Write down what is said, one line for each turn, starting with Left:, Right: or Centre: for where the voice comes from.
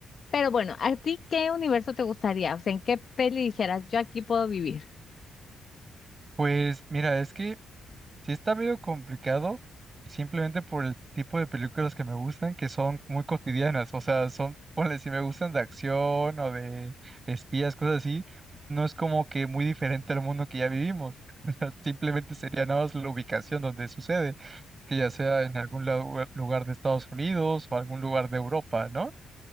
Left: Pero bueno, ¿a ti qué universo te gustaría? O sea, ¿en qué peli dijeras yo aquí puedo vivir?
Right: Pues mira, es que Sí está medio complicado, simplemente por el tipo de películas que me gustan, que son muy cotidianas, o sea, son, ponle, si me gustan de acción o de espías, cosas así, no es como que muy diferente al mundo que ya vivimos, <laughs> o sea, simplemente sería nada más la ubicación donde sucede, que ya sea en algún lau- lugar de Estados Unidos o algún lugar de Europa, ¿no?